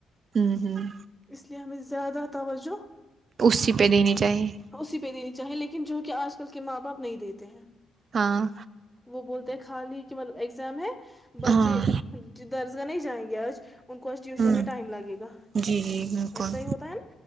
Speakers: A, on the right; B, in the centre.
A: ھمم ھممم
B: اس لیے ہمیں زیادہ توجہ
A: اسی پہ دینی چاہیے
B: اسی پہ د <inaudible> چاہ لیکن جو کہ آج کل کے ماں باپ نہیں دیتے ہیں
A: ہاں
B: وہ بولتے ہیں خالی کہ مطلب ایگزام ہے بچے
A: ہاں
B: ج درج <inaudible> نہیں جائیں گے آج <inaudible> ان کو ٹیوشن
A: ہوں
B: میں ٹائم لگے گا
A: جی جی بالکل
B: ایسا ہی ہوتا ہے